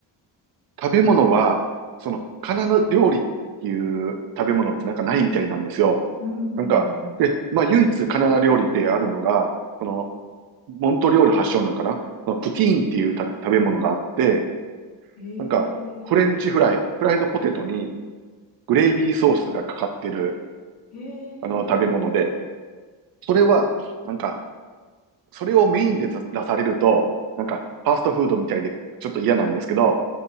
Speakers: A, on the right; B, on the left.
A: 食べ物は、その、カナダ料理っていう食べ物ってなんかないみたいなんですよ。
B: うんうん
A: なんか、で、まあ、唯一カナダ料理であるのが、その、モントリオール発祥なんかな、まあ、プティーンっていう食べ食べ物があって、
B: うん。へえ、
A: なんか、フレンチフライ、フライドポテトにグレイビーソースがかかってる、
B: へえ、
A: あの、食べ物で、それは、なんか、それをメインで出出されると、なんか、ファーストフードみたいで、ちょっと嫌なんですけど、